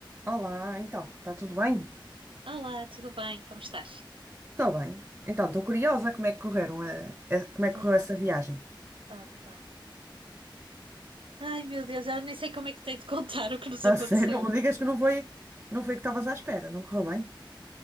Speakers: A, on the right (about 20°); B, on the right (about 85°).
A: Olá, então, está tudo bem?
B: Olá, tudo bem? Como estás?
A: Estou bem. Então, estou curiosa como é que correram a, a- como é que
B: Oh,
A: correu essa viagem.
B: opa. Ai, meu Deus, eu nem sei como é que tenho de <laughs> contar
A: <laughs>
B: o que nos
A: A
B: aconteceu.
A: sério, não me digas que não foi, não foi o que estavas à espera, não correu bem?